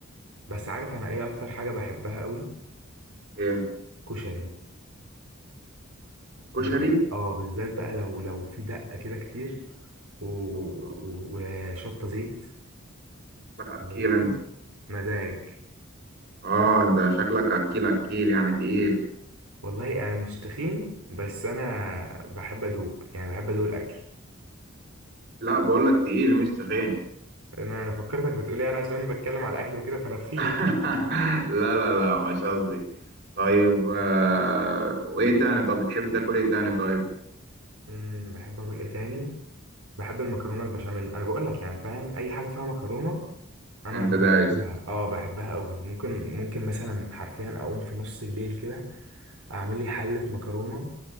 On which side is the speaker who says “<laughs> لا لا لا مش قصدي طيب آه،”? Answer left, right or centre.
Right